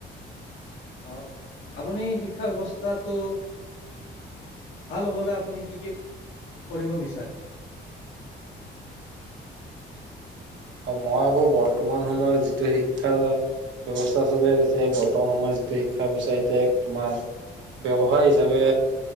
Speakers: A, on the left; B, on the right.
A: অ'। আপুনি শিক্ষা ব্যৱস্থাটো ভাল হ'বলৈ আপুনি কি কি কৰিব বিচাৰে। <inaudible>
B: অ মই আকৌ বৰ্তমান সময়ত যিটো শিক্ষা। ব্যৱস্থা চলি আছে বৰ্তমান সময়ত যিটো শিক্ষা ব্যৱস্থা এইটোয়ে তোমাৰ। ব্যৱসায় হিচাপে